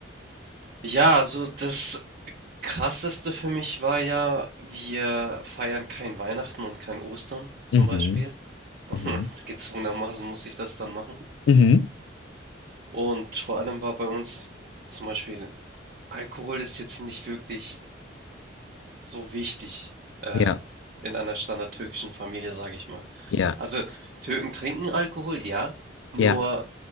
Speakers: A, on the right; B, on the left.
A: Ja, also das Krasseste für mich war ja, wir feiern kein Weihnachten und kein Ostern zum
B: Mhm,
A: Beispiel.
B: mhm,
A: <laughs> Und gezwungenermaßen muss ich das dann machen.
B: mhm,
A: Und vor allem war bei uns zum Beispiel, Alkohol ist jetzt nicht wirklich so wichtig äh,
B: ja,
A: in einer standardtürkischen Familie, sage ich mal.
B: ja,
A: Also Türken trinken Alkohol, ja, nur
B: ja,